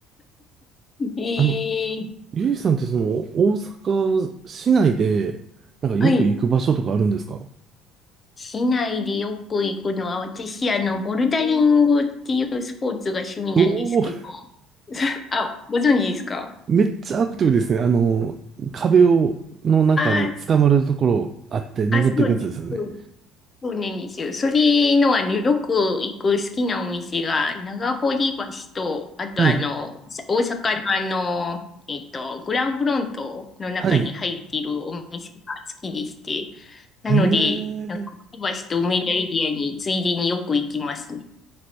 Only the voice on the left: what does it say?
え
ー、
はい。市内でよく行くのは、私、あの、ボルダリングっていうスポーツが趣味なんですけど。
<laughs> あ、ご存知ですか
あー
あ、そうです。そうなんですよ。それの、あの、よく行く好きなお店が、長堀橋と、あとあの、
さ大阪のあの、えっと、グランフロントの中に入っているお店が好きでして、
なので、
長堀橋と梅田エリアについでによく行きますね。